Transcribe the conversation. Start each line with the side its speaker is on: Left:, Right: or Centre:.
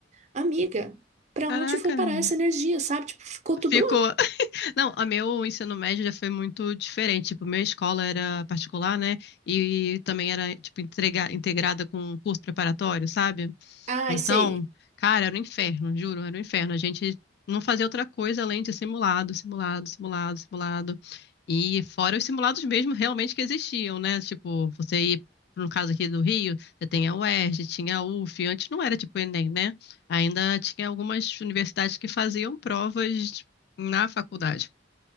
Right: Amiga, para
Left: Caraca,
Right: onde foi
Left: amiga.
Right: parar essa energia, sabe? Tipo, ficou tudo
Left: Ficou.
Right: lá.
Left: Não, a meu ensino médio já foi muito diferente. Tipo, minha escola era particular, né? E também era, tipo, entrega- integrada com um curso preparatório, sabe?
Right: Ai,
Left: Então,
Right: sei.
Left: cara, era um inferno, juro, era um inferno. A gente não fazia outra coisa além de simulado, simulado, simulado, simulado. E fora os simulados mesmo realmente que existiam, né? Tipo, você ir, no caso aqui do Rio, você tem a UERJ, tinha a UF, antes não era tipo o Enem, né? Ainda tinha algumas universidades que faziam provas na faculdade.